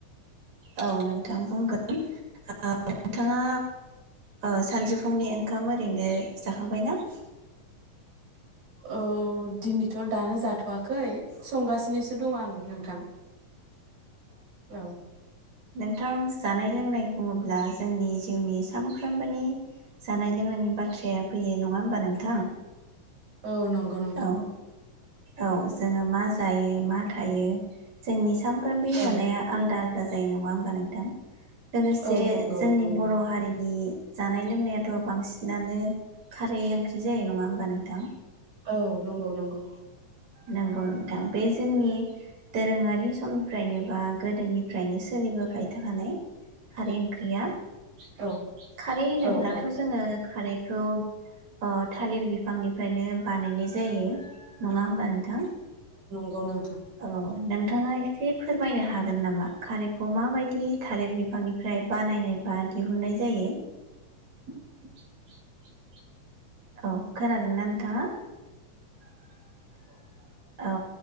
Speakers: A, on the right; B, on the right.
A: औ नोंथां बुंगोन <unintelligible> नोंथाङा ओ सानजु फुंनि ओंखाम ओरैनो जाखांबाय ना
B: औ दिनैथ' दानो जाथ'वाखै संगासि नोसो दं आं नोंथां औ।
A: नोंथां जानाय लोंनाय बुङोब्ला जोंनि जिउनि सानफ्रोमबोनि जानाय लोंनायनि बाथ्राया फैयो। नङा होमबा नोंथां?
B: औ नंगौ नोंथां।
A: औ औ जोङो मा जायो? मा थायो? जोंनि साम फ्रोमबोनि
B: औ
A: अननाया आलदा आल दा जायो नङा होमबा नोंथां? लोगोसे
B: औ नंगौ
A: जोंनि
B: नंगौ
A: बर' हारिनि जानाय लोंनायाथ' बांसिनानो खारै ओंख्रि जायो नङा होमबा नोंथां?
B: औ। नंगौ नंगौ।
A: नोंगौ नोंथां। बे जोंनि दोरोङारि समनि फ्रायनो बा गोदोनि फ्रायनो सोलिबोबाय थाखानाय। खारै ओंख्रिया।
B: औ
A: खारै होनोब्लाथ'
B: औ औ
A: जोङो खारैखौ ओ थालिर बिफांनिफ्रायनो बानायनाय जायो। नङा होमबा नोंथां?
B: गौ नों
A: औ नोंथाङा एसे फोर मायनो हागोन नामा? खारैखौ माबायदि थालिर बिफांनिफ्राय बानायनाय बा दिहुननाय जायो?
B: <inaudible>
A: औ खोनादों ना नोंथाङा? <inaudible> औ